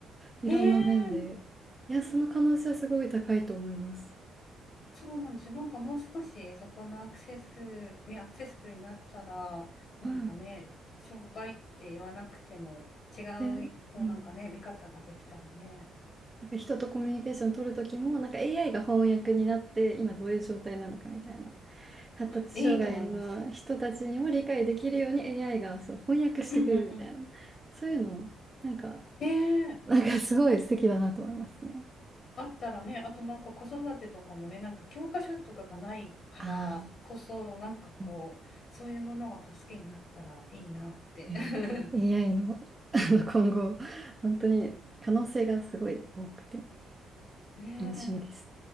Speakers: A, on the right (about 20°); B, on the left (about 60°).
A: いろんな面で。
B: ねえ
A: いや、その可能性はすごい高いと思います。
B: そうなんですよ。なんかもう少しそこのアクセス、ね、アクセスブルになったら、なんかね、
A: うん。
B: 障害って言わなくても違
A: 全、
B: う、こうなんかね、
A: うん。
B: 見方ができたらね、
A: なんか人とコミュニケーション取る時もなんか AI が翻訳になって今どういう状態なのかみたいな発達障害の人たちにも理解できるように
B: いいと思います。
A: AI がそう翻訳してくれるみたいな
B: うんうんうん。
A: そういうのなんか、
B: ねえ、
A: なんかすごい素敵だなと思いますね。
B: あったらね、あとなんか子育てとかもね、なんか教科書とかがないからこそ、
A: ああ、
B: なんかこう、
A: うん
B: そういうものが助けになったらいいなって。
A: いや、
B: <laughs>
A: AI の、<laughs> あの今後本当に可能性がすごい多くて
B: ねえ。
A: 楽しみです。